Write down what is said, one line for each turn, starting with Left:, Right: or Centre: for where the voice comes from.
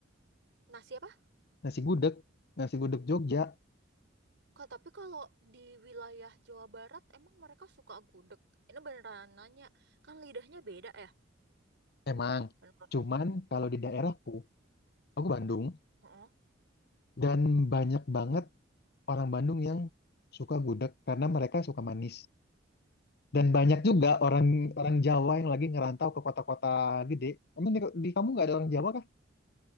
Right: Nasi apa?
Left: Nasi gudeg, nasi gudeg Jogja,
Right: Kak, tapi kalau di wilayah Jawa Barat emang mereka suka gudeg. Ini beneran nanya, kan lidahnya beda ya? Gimana
Left: emang.
Right: menurutmu?
Left: Cuman kalau di daerahku, aku Bandung,
Right: Heeh.
Left: dan banyak banget orang Bandung yang suka gudeg karena mereka suka manis. Dan banyak juga
Right: Hmm,
Left: orang orang Jawa yang lagi ngerantau ke kota-kota gede. Emang di, di kamu nggak ada orang Jawa kah?